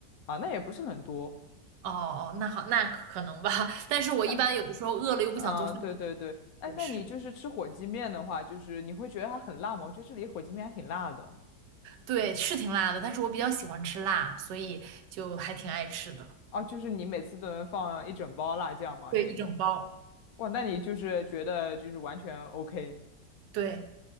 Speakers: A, on the left; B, on the right.
A: 啊，那也不是很多。
B: 哦哦，那好，那可能吧，<laughs> 但是我一般有的时候饿了又不想做饭，
A: 哎，啊，对对对，哎，
B: 会吃。
A: 那你就是吃火鸡面的话，就是你会觉得它很辣吗？我觉得这里火鸡面还挺辣的。
B: 对，是挺辣的，但是我比较喜欢吃辣，所以就还挺爱吃的，
A: 啊，就是你每次都能放一整包辣酱吗？
B: 对，
A: 那种。
B: 一整包。
A: 哇，那你就是觉得就是完全 OK
B: 对，